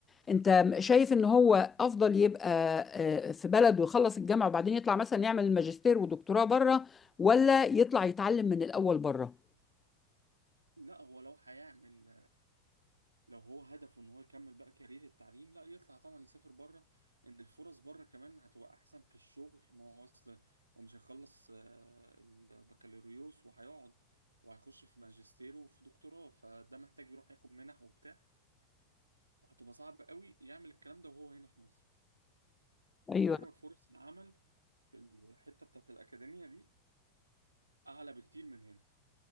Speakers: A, on the left; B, on the right.
A: انت شايف ان هو افضل يبقى آه، في بلد ويخلص الجامعة وبعدين يطلع مثلا يعمل ماجستير ودكتوراه بره ولا يطلع يتعلم من الاول بره
B: لا هو لو هيعمل لو هو هدفه ان هو يكمل بقى كارير التعليم لا يطلع طبعا يسافر بره ان الفرص بره كمان هتبقى احسن في الشغل ما هو اصل هو مش هيخلص آه، البكالوريوس وهيقعد وهيخش في ماجستير وفي دكتوراه فده محتاج يروح ياخد منح وبتاع هتبقى صعب قوي يعمل الكلام ده وهو هنا في مصر
A: ايوه
B: وبره فرص العمل في الحتة بتاعت الأكاديمية دي أعلى بكتير من هنا